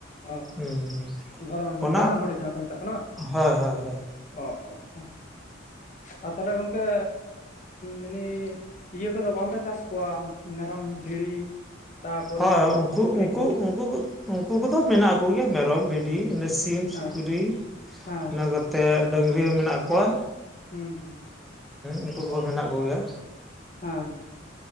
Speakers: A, on the left; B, in the centre.
A: ᱚ
B: ᱦᱩᱸ ᱦᱩᱸ
A: ᱫᱷᱚᱨᱚᱱ
B: ᱚᱱᱟ
A: ᱫᱷᱚᱨᱚᱱ ᱦᱩᱲᱩ ᱡᱟᱦᱟᱸ ᱠᱚ ᱢᱮᱛᱟᱜ ᱠᱟᱱᱟ ᱵᱟᱝ?
B: ᱦᱳᱭ ᱦᱳᱭ ᱦᱳᱭ
A: ᱚ ᱚ ᱚ ᱟᱨ ᱛᱟᱦᱚᱞᱮ ᱜᱚᱢᱠᱮ ᱢᱟᱱᱤ ᱤᱭᱟᱹ ᱠᱚᱫᱚ ᱵᱟᱢᱯᱮ ᱪᱟᱥ ᱠᱚᱣᱟ ᱢᱮᱨᱚᱢ ᱵᱷᱤᱲᱤ ᱛᱟᱯᱚᱨᱮ
B: ᱦᱳᱭ ᱦᱳᱭ
A: ᱱᱩᱠᱩ
B: ᱩᱱᱠᱩ
A: ᱥᱩᱠᱨᱤ
B: ᱩᱱᱠᱩ
A: ᱠᱚ
B: ᱩᱱᱠᱩ ᱠᱚ ᱩᱱᱠᱩ ᱠᱚᱫᱚ ᱢᱮᱱᱟᱜ ᱠᱚ ᱜᱮᱭᱟ ᱢᱮᱨᱚᱢ ᱵᱷᱤᱰᱤ ᱤᱱᱟᱹ ᱥᱤᱢ
A: ᱦᱮᱸ
B: ᱥᱩᱠᱨᱤ
A: ᱦᱮᱸ
B: ᱤᱱᱟᱹ
A: ᱦᱮᱸ
B: ᱱᱚᱛᱮ ᱰᱟᱺᱝᱨᱤ ᱦᱚᱸ ᱢᱮᱱᱟᱜ ᱠᱚᱣᱟ
A: ᱦᱩᱸ ᱦᱩᱸ
B: ᱩᱱᱠᱩ ᱠᱚᱦᱚᱸ
A: ᱚ
B: ᱢᱮᱱᱟᱜ ᱠᱚᱜᱮᱭᱟ
A: ᱦᱮᱸ ᱦᱮᱸ